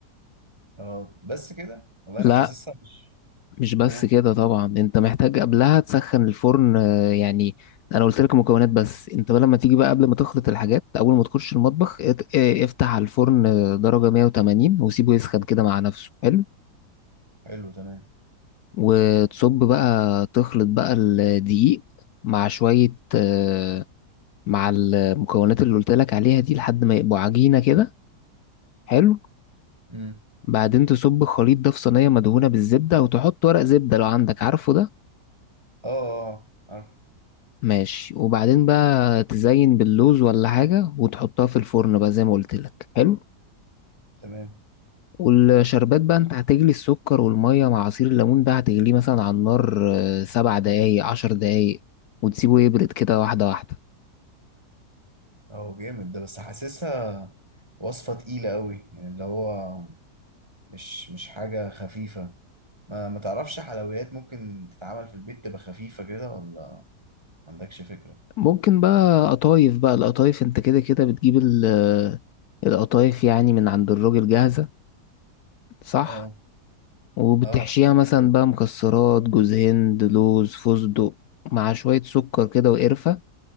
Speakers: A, on the right (about 15°); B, on the left (about 70°).
A: اه بس كده والله انا
B: لا
A: حاسسها مش
B: مش بس
A: اوه
B: كده طبعا انت محتاج قبلها تسخن الفرن آه، يعني انا قلت لك مكونات بس انت بقى لما تيجي بقى قبل ما تخلط الحاجات اول ما تخش المطبخ ات- اه، افتح على الفرن آه، درجة 180 وسيبه يسخن كده مع نفسه حلو
A: حلو تمام
B: وتصب بقى تخلط بقى الدقيق مع شوية آه، مع المكونات اللي قلت لك عليها دي لحد ما يبقوا عجينة كده حلو
A: امم
B: بعدين تصب الخليط ده في صينية مدهونة بالزبدة وتحط ورق زبدة لو عندك عارفه ده
A: اه اه آه، عارفه
B: ماشي وبعدين بقى تزين باللوز ولا حاجة وتحطها في الفرن بقى زي ما قلت لك حلو
A: تمام
B: والشربات بقى انت هتجلي السكر والمية مع عصير الليمون ده هتجليه مثلا على النار آه، سبع دقايق عشر دقايق وتسيبه يبرد كده واحدة واحدة
A: اه جامد ده بس حاسسها وصفة تقيلة قوي يعني اللي هو مش مش حاجة خفيفة ما ما تعرفش حلويات ممكن تتعمل في البيت تبقى خفيفة كده ولا ما عندكش فكرة
B: ممكن بقى قطايف بقى القطايف انت كده كده بتجيب ال- آه، القطايف يعني من عند الراجل جاهزة صح
A: اه
B: وبتحشيها
A: اه
B: مثلا بقى مكسرات جوز هند لوز فستق مع شوية سكر كده وقرفة